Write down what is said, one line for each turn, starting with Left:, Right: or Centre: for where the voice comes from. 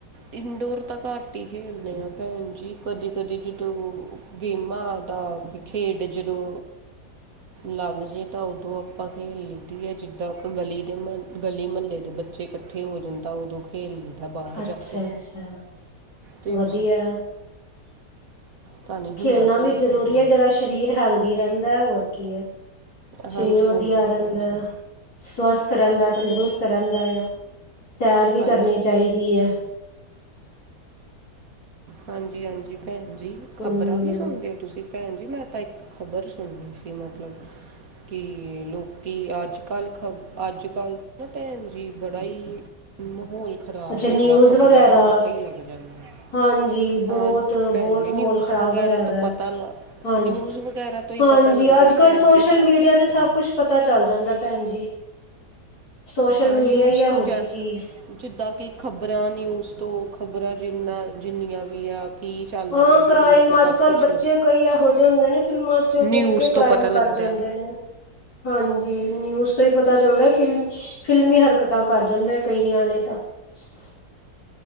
Right: ਇਨਡੋਰ ਤਾਂ ਘੱਟ ਹੀ ਖੇਲਦੇ ਹਾਂ ਭੈਣ ਜੀ ਕਦੀ ਕਦੀ ਜਦੋਂ ਗੇਮਾਂ ਦਾ ਖੇਡ ਜਦੋਂ ਲੱਗ ਜੇ ਤਾਂ ਉਦੋਂ ਆਪਾਂ ਖੇਲ ਲੈਂਦੀ ਆ ਜਿੱਦਾਂ ਗਲੀ ਦੇ ਮ ਗਲੀ ਮਹੱਲੇ ਦੇ ਬੱਚੇ। ਬੱਚੇ ਇਕੱਠੇ ਹੋ ਜਾਣ ਤਾਂ ਉਦੋਂ ਖੇਲ ਲਈਦਾ ਬਾਹਰ
Left: ਅੱਛਾ
Right: ਜਾ ਕੇ
Left: ਅੱਛਾ
Right: ਤੇ ਉਸ
Left: ਵਧੀਆ
Right: ਤਾਂ ਨਹੀਂ
Left: ਖੇਲਣਾ
Right: ਹੁੰਦਾ ਖੇਡ
Left: ਵੀ ਜ਼ਰੂਰੀ
Right: ਭੈਣ
Left: ਹੈ
Right: ਜੀ
Left: ਜਿਹੜਾ ਸਰੀਰ ਹੈਲਦੀ ਰਹਿੰਦਾ ਹੋਰ ਕੀ ਹੈ
Right: ਹਾਂਜੀ
Left: ਫੇਰ ਵਧੀਆ
Right: ਹਾਂਜੀ
Left: ਰਹਿੰਦਾ
Right: ਭੈਣ ਜੀ
Left: ਸਵਸਥ ਰਹਿੰਦਾ ਤੰਦਰੁਸਤ ਰਹਿੰਦਾ ਆ ਸੈਰ ਵੀ
Right: ਹਾਂਜੀ
Left: ਕਰਨੀ ਚਾਹੀਦੀ ਹੈ
Right: ਹਾਂਜੀ-ਹਾਂਜੀ ਭੈਣ ਜੀ ਖਬਰਾਂ
Left: ਹਮ
Right: ਵੀ ਸੁਣਦੇ ਹੋ ਤੁਸੀਂ ਭੈਣ ਜੀ ਮੈਂ ਤਾਂ ਇੱਕ ਖ਼ਬਰ ਸੁਣਣੀ ਸੀ ਮਤਲਬ ਕਿ ਲੋਕੀ ਅੱਜ ਕੱਲ੍ਹ ਖ, ਅੱਜ ਕੱਲ੍ਹ ਨਾ ਭੈਣ ਜੀ ਬੜਾ ਹੀ ਮਾਹੌਲ ਖ਼ਰਾਬ
Left: ਅੱਛਾ
Right: ਹੋ
Left: ਨਿਊਜ਼
Right: ਗਿਆ ਖ਼ਬਰਾਂ
Left: ਵਗੈਰਾ
Right: ਤੋਂ ਪਤਾ ਹੀ ਲੱਗ ਜਾਂਦਾ
Left: ਹਾਂਜੀ ਬਹੁਤ-ਬਹੁਤ
Right: ਹਾਂ ਭੈਣ ਜੀ
Left: ਮ੍ਹੋਲ
Right: ਨਿਊਜ਼
Left: ਖ਼ਰਾਬ
Right: ਵਗੈਰਾ
Left: ਹੋਇਆ
Right: ਤੋਂ
Left: ਦਾ
Right: ਪਤਾ ਲ
Left: ਹਾਂਜੀ-ਹਾਂਜੀ
Right: ਨਿਊਜ਼ ਵਗੈਰਾ ਤੋਂ ਹੀ ਪਤਾ ਲੱਗਦਾ
Left: ਅੱਜ
Right: ਹੈ
Left: ਕੱਲ੍ਹ
Right: ਭੈਣ
Left: ਸੋਸ਼ਲ
Right: ਜੀ ਸਾਰੀ
Left: ਮੀਡੀਆ ਤੇ ਸਭ
Right: ਦਾ
Left: ਕੁਛ ਪਤਾ ਚੱਲ ਜਾਂਦਾ ਭੈਣ ਜੀ ਸੋਸ਼ਲ
Right: ਹਾਂ
Left: ਮੀਡੀਆ
Right: ਨਿਊਜ਼
Left: ਹੈ ਇਹੋ
Right: ਤੋਂ ਜਾ
Left: ਜਿਹੀ ਚੀਜ਼
Right: ਜਿੱਦਾਂ ਕਿ ਖਬਰਾਂ ਨਿਊਜ਼ ਤੋਂ ਖਬਰਾਂ ਜਿੰਨਾ ਜਿੰਨੀਆਂ ਵੀ ਆ ਕੀ ਚੱਲਦਾ
Left: ਹਾਂ
Right: ਪਿਆ
Left: ਕਰਾਇਮ
Right: ਦੁਨੀਆਂ ਤੇ ਸਭ
Left: ਅੱਜ ਕੱਲ
Right: ਕੁਛ
Left: ਬੱਚੇ ਕਈ ਇਹੋ ਜਿਹੇ ਹੁੰਦੇ ਨੇ ਫਿਲਮਾਂ ਚ
Right: ਨਿਊਜ਼
Left: ਦੇਖ ਕੇ
Right: ਤੋਂ
Left: ਕ੍ਰਾਇਮ
Right: ਪਤਾ ਲੱਗਦਾ
Left: ਕਰ ਜਾਂਦੇ ਨੇ ਹਾਂਜੀ ਨਿਊਜ਼ ਤੋਂ ਹੀ ਪਤਾ ਚੱਲਦਾ ਫਿਲ ਫ਼ਿਲਮੀ ਹਰਕਤਾਂ ਕਰ ਜਾਂਦੇ ਹੈ ਕਈ ਨਿਆਂਣੇ ਤਾਂ <unintelligible>